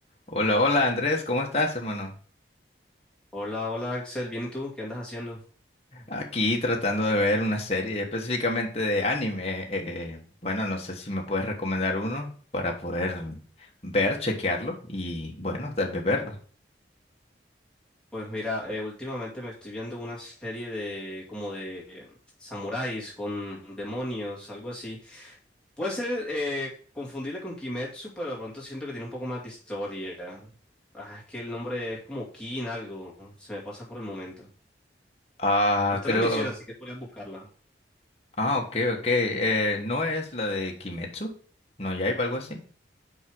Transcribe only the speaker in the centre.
Hola, hola Axel, ¿bien y tú? ¿Qué andas haciendo?
Pues mira, eh, últimamente me estoy viendo una serie de como de eh, samuráis con demonios, algo así. Puede ser eh, confundible con Kimetsu, pero de pronto siento que tiene un poco más de historia. Ah, es que el nombre es como Kin algo, se me pasa por el momento.
Pero está
en emisión, así que podrías buscarla.